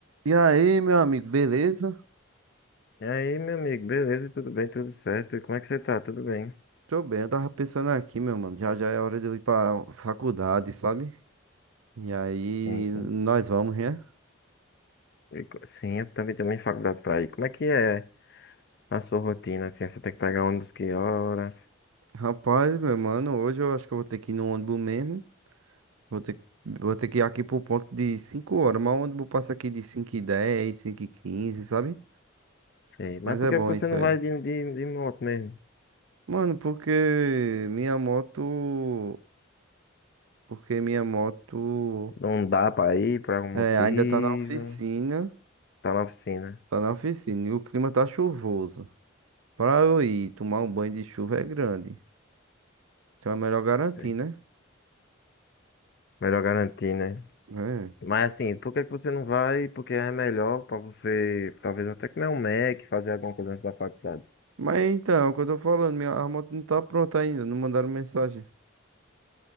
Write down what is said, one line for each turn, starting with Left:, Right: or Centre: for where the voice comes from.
Right: E aí, meu amigo, beleza?
Left: E aí, meu amigo, beleza? Tudo bem? Tudo certo? E como é que você tá? Tudo bem?
Right: Tô bem, eu tava pensando aqui, meu mano. Já já é hora de eu ir pra faculdade, sabe? E aí,
Left: Sim, sim.
Right: nós vamos, né?
Left: E co- sim, eu também tenho minha faculdade pra ir. Como é que é a sua rotina, assim? Você tem que pegar ônibus que horas?
Right: Rapaz, meu mano, hoje eu acho que eu vou ter que ir no ônibus mesmo. Vou ter, vou ter que ir aqui pro ponto de cinco horas, mas o ônibus passa aqui de cinco e dez, cinco e quinze sabe?
Left: Sei. Mas
Right: Mas
Left: por
Right: é
Left: que
Right: bom
Left: você
Right: isso
Left: não
Right: aí.
Left: vai de, de, de moto mesmo?
Right: Mano, porque minha moto. Porque minha moto
Left: Não dá pra ir por algum motivo.
Right: é, ainda tá na oficina.
Left: Tá na oficina.
Right: Tá na oficina e o clima tá chuvoso. Pra eu ir tomar um banho de chuva é grande. Então é melhor garantir,
Left: Sei.
Right: né?
Left: Melhor garantir, né?
Right: É.
Left: Mas assim, por que que você não vai? Porque é melhor pra você, talvez até comer um Mac, fazer alguma coisa antes da faculdade.
Right: Mas então, é o que eu tô falando, minha a moto não tá pronta ainda, não mandaram mensagem.